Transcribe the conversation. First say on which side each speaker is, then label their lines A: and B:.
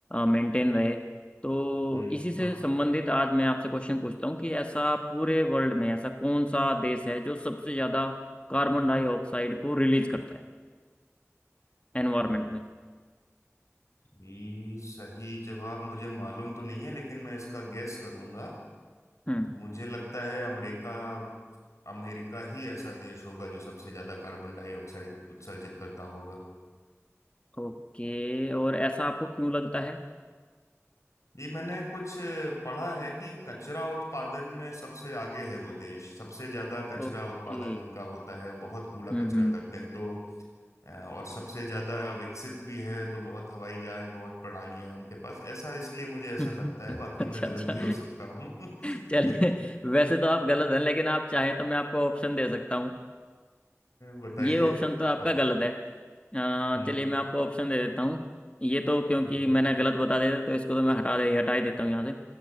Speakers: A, on the left; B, on the left.
A: मेंटेन रहे तो
B: हम्म
A: इसी
B: बिल्कुल
A: से संबंधित आज मैं आपसे क्वेश्चन पूछता हूँ कि ऐसा पूरे वर्ल्ड में ऐसा कौन सा देश है जो सबसे ज़्यादा कार्बन डाइऑक्साइड को रिलीज करता है एनवायरमेंट में
B: ये सही जवाब मुझे मालूम तो नहीं है लेकिन मैं इसका गैस करूंगा
A: हम्म
B: मुझे लगता है अमेरिका अमेरिका ही ऐसा देश होगा जो सबसे ज्यादा कार्बन डाइऑक्साइड उत्सर्जित करता होगा
A: ओके और ऐसा आपको क्यों लगता है
B: ये मैंने कुछ पढ़ा है कि कचरा उत्पादन में सबसे आगे है वो देश सबसे ज्यादा कचरा
A: ओके
B: उत्पादन उनका होता है बहुत कूड़ा
A: हम्म
B: कचरा करते हैं तो अ, और सबसे ज्यादा विकसित भी है तो बहुत हवाई जहाज बहुत प्रणालियां हैं उनके पास ऐसा इसलिए मुझे ऐसा
A: हम्म
B: लगता
A: <laughs>
B: है बाकी
A: अच्छा
B: मैं गलत
A: अच्छा
B: भी हो सकता हूँ
A: <laughs> चलिए
B: <laughs>
A: वैसे तो आप गलत हैं लेकिन आप चाहें तो मैं आपको ऑप्शन दे सकता हूँ
B: बताइए
A: ये ऑप्शन तो आपका
B: और-
A: गलत है अ,
B: हम्म
A: चलिए मैं आपको ऑप्शन दे देता हूँ ये तो क्योंकि
B: हम्म
A: मैंने गलत बता दिया था, तो इसको तो मैं हटा दे हटा ही देता हूँ यहाँ से